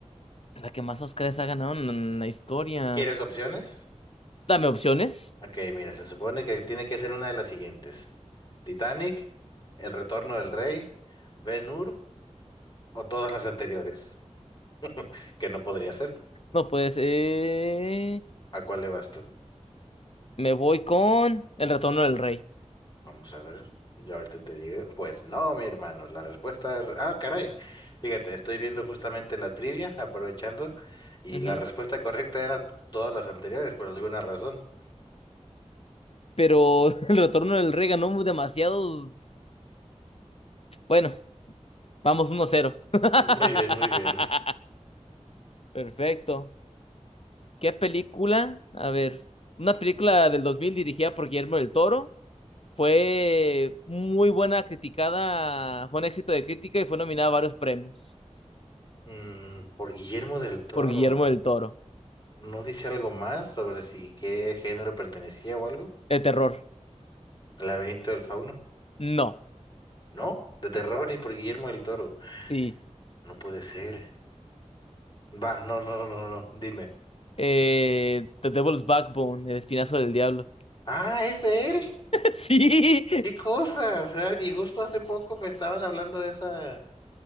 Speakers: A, on the left; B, on the left.
A: La que más Oscars ha ganado en la historia.
B: ¿Quieres opciones?
A: Dame opciones.
B: Ok, mira, se supone que tiene que ser una de las siguientes. Titanic, El Retorno del Rey, Ben-Hur O todas las anteriores, <laughs> que no podría ser.
A: No puede ser.
B: ¿A cuál le vas tú?
A: Me voy con El Retorno del Rey.
B: Vamos a ver. Yo ahorita te digo. Pues no, mi hermano. La respuesta es... Ah, caray. Fíjate, estoy viendo justamente la trivia, aprovechando, y
A: Ujú.
B: la respuesta correcta era todas las anteriores, por alguna razón.
A: Pero <laughs> El Retorno del Rey ganó mu- demasiados. Bueno, vamos uno cero <laughs>
B: Muy bien, muy bien.
A: Perfecto. ¿Qué película? A ver, una película del 2000 dirigida por Guillermo del Toro. Fue muy buena, criticada, fue un éxito de crítica y fue nominada a varios premios
B: Mm, por Guillermo del Toro.
A: por Guillermo del Toro.
B: ¿No dice algo más sobre si qué género pertenecía o algo?
A: De terror.
B: ¿El laberinto del fauno?
A: No.
B: No, de terror y por Guillermo del Toro.
A: Sí.
B: No puede ser. Va, no, no, no, no, no, dime.
A: Eh, The Devil's Backbone, El Espinazo del Diablo. <laughs>
B: Ah, es de él.
A: Sí.
B: Qué cosa. O sea, y justo hace poco me estaban hablando de esa,